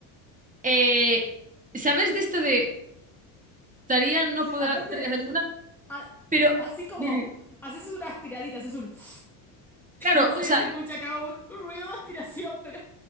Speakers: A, on the right; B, in the centre.
A: Eh, ¿sabes de esto de estaría no
B: <laughs>
A: poder
B: Aparte,
A: tener que hacer ninguna?
B: a-
A: Pero,
B: así como
A: Lili,
B: haces una aspiradita, haces un... <laughs>
A: claro,
B: No sé
A: o
B: si
A: sea,
B: se escucha acá un un ruido de aspiración, pero...